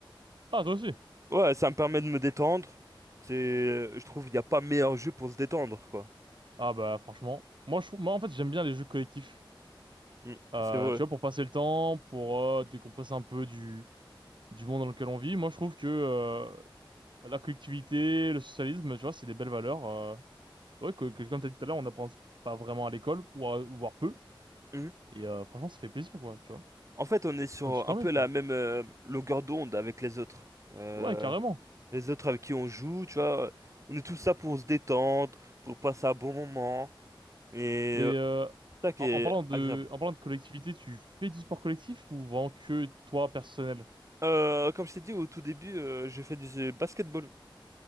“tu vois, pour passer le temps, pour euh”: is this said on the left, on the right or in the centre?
Right